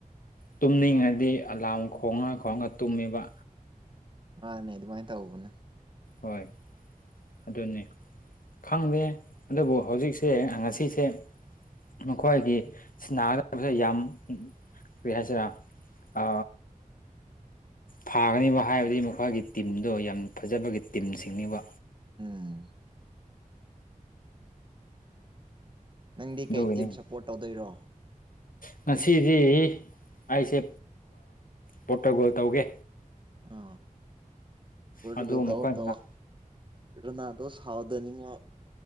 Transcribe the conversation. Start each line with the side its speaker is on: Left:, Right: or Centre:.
Left: ꯇꯨꯝꯅꯤꯡꯉꯗꯤ ꯑꯂꯥꯝ ꯈꯣꯡꯉ ꯈꯣꯡꯉ ꯇꯨꯝꯃꯤꯕ
Right: ꯑꯅꯦ ꯑꯗꯨ ꯃꯥꯥꯏ ꯇ ꯍꯕꯅꯦ
Left: ꯍꯣꯏ ꯑꯗꯨꯅꯤ ꯈꯪꯗꯦ ꯑꯗꯨꯕꯨ ꯍꯧꯖꯤꯛꯁꯦ ꯉꯁꯤꯁꯦ ꯃꯈꯣꯏꯒꯤ ꯁꯤ ꯒꯗꯕꯁꯦ ꯌꯥꯝ ꯀꯔꯤ ꯍꯥꯏꯁꯤꯔꯥ ꯑ ꯐꯥꯒꯅꯤꯕ ꯍꯥꯏꯕꯗꯤ ꯃꯈꯣꯏꯒꯤ ꯇꯤꯝꯗꯣ ꯌꯥꯝ ꯐꯖꯕꯒꯤ ꯇꯤꯝꯁꯤꯡꯅꯤꯕ
Right: ꯎꯝ ꯅꯪꯗꯤ
Left: ꯑꯗꯨꯒꯤꯅꯤ
Right: ꯀꯩ ꯇꯤꯝ ꯁꯞꯄꯣꯔꯠ ꯇꯧꯗꯣꯏꯔꯣ
Left: ꯉꯁꯤꯗꯤ ꯑꯩꯁꯦ ꯄꯣꯔꯇꯒꯣꯜ ꯇꯧꯒꯦ
Right: ꯑ ꯑꯣꯏ
Left: ꯑꯗꯨ ꯃꯈꯣꯏꯅ
Right: ꯇ ꯇ ꯔꯅꯥꯗꯣ ꯁꯥꯎꯗꯅꯤꯡꯉ